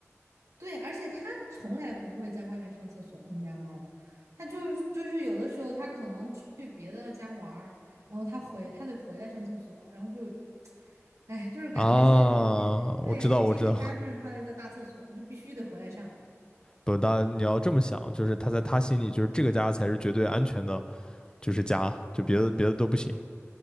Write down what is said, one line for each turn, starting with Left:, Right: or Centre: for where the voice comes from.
Right: 对，而且它从来不会在外面上厕所。我们家猫，它就是就是有的时候它可能去别的家玩儿，然后它回它得回来上厕所，然后就，哎，就是感觉是
Left: 啊，我知道，
Right: 对这个家就是它的一个大厕所，
Left: 我知道，
Right: 就必须得回来上。
Left: 不，大你要这么想，就是他在他心里，就是这个家才是绝对安全的，就是家，就别的别的都不行